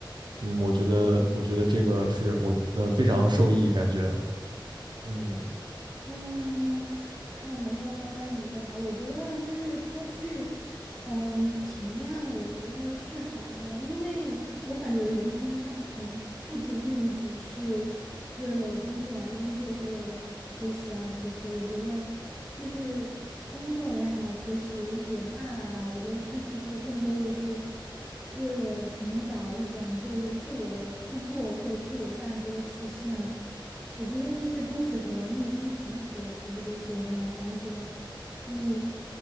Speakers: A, on the right; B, in the centre.
A: 嗯，我觉得，
B: 嗯，
A: 我觉得这个是我呃非常受益，感觉，嗯，
B: 嗯，他能够帮到你就好。我觉得就是多去，嗯，体验，我觉得是好的，因为我感觉人生它不存，不仅仅只是为了工作而工作，为了学习而学习。我觉得就是工作也好，学习也罢吧，我觉得它其实更多的是为了寻找一种就是自我的突破或自我价值的实现。我觉得这些东西和内心平和其实都是有很大关系的。你，